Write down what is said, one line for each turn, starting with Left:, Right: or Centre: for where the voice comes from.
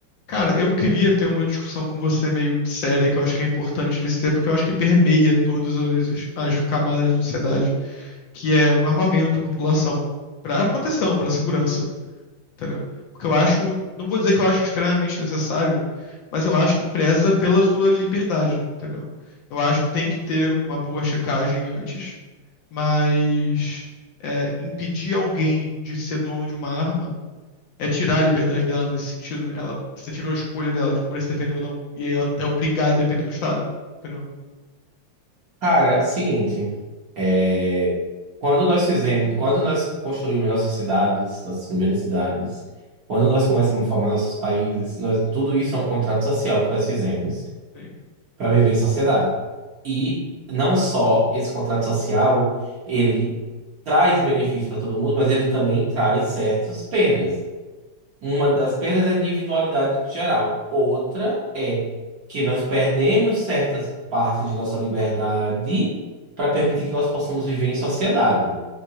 Left: Cara, eu queria ter uma discussão com você meio séria, que eu acho que é importante de se ter, porque eu acho que permeia todas as, as camadas da sociedade, que é o armamento da população, para proteção, para segurança, entendeu? Porque eu acho, não vou dizer que eu acho extremamente necessário, mas eu acho que preza pela sua liberdade, entendeu? Eu acho que tem que ter uma boa checagem antes, mas é, impedir alguém de ser dono de uma arma é tirar a liberdade dela nesse sentido. Ela, você tirou a escolha dela de por se defender ou não. E aí ela é obrigada a depender do Estado. Entendeu?
Right: Cara, seguinte, é, quando nós fizemos, quando nós construímos nossas cidades, nossas primeiras cidades, quando nós começamos a formar nossos países, nós- tudo isso é um contrato social que nós fizemos
Left: É.
Right: para viver em sociedade. E não só esse contrato social, ele traz benefícios para todo mundo, mas ele também traz certas perdas. Uma das perdas da individualidade geral. Outra é que nós perdemos certas partes de nossa liberdade para permitir que nós possamos viver em sociedade.